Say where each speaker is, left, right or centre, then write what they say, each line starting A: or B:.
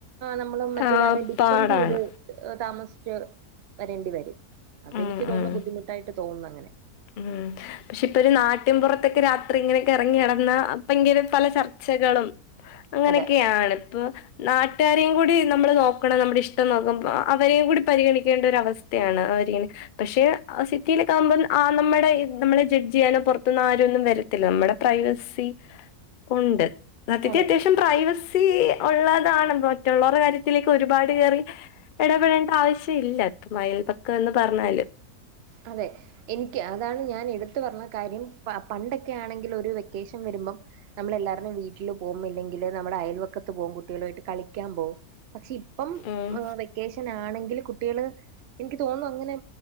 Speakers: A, on the right; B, on the left.
A: നമ്മള് മറ്റൊരാളെ
B: ആഹ്
A: ഡിപ്പെൻഡ്
B: പാടാണ്
A: ചെയ്ത് താമസിച്ചു വരേണ്ടി വരും അതെനിക്ക്
B: ഉം
A: തോന്നുന്നു
B: ഉം
A: ബുദ്ധിമുട്ടായിട്ട് തോന്നുന്നു അങ്ങനെ
B: ഉം പക്ഷെ ഇപ്പൊ ഒരു നാട്ട്ൻപുറത്തൊക്കെ രാത്രി ഇങ്ങനെയൊക്കെ ഇറങ്ങി നടന്ന അപ്പം ഇങ്കെ പല ചർച്ചകളും അങ്ങനെയൊക്കെയാണ്
A: അതെ
B: ഇപ്പൊ നാട്ടുകാരിം കൂടി നമ്മള് നോക്കണം. നമ്മ്ടെ ഇഷ്ടം നോക്കുമ്പൊ. അവരെം കൂടി പരിഗണിക്കേണ്ട ഒരവസ്ഥയാണ്. അവരിങ പക്ഷെ സിറ്റിയിലൊക്കെ ആകുമ്പം ആഹ് നമ്മ്ടെ നമ്മളെ ജഡ്ജീയ്യാനൊ പൊറത്ത്ന്നാരൊന്നും വരത്തില്ല നമ്മ്ടെ പ്രൈവസി ഉണ്ട് സത്യത്തി
A: അതെ
B: അത്യാവശ്യം പ്രൈവസി ഉള്ളതാണ് മറ്റുള്ളവരു കാര്യത്തിലേക്ക് ഒരുപാട് കയറി ഇടപെടേണ്ട ആവശ്യം ഇല്ല അയൽപക്കം എന്ന് പറഞ്ഞാല്
A: അതെ എനിക്ക് അതാണ് ഞാൻ എടുത്തു പറഞ്ഞ കാര്യം പണ്ടൊക്കെ ആണെങ്കിൽ ഒരു വെക്കേഷൻ വരുമ്പം നമ്മളെല്ലാരുനും വീട്ടിൽ പോകും ഇില്ലെങ്കിൽ നമ്മുടെ അയൽവക്കത്ത് പോകും കുട്ടികളു ആയിട്ട് കളിക്കാൻ പോകും പക്ഷെ ഇപ്പം.
B: ഉം
A: ഏഹ് വെക്കേഷനാണെങ്കില് കുട്ടികള് എൻക്ക് തോന്നുന്നു അങ്ങനെ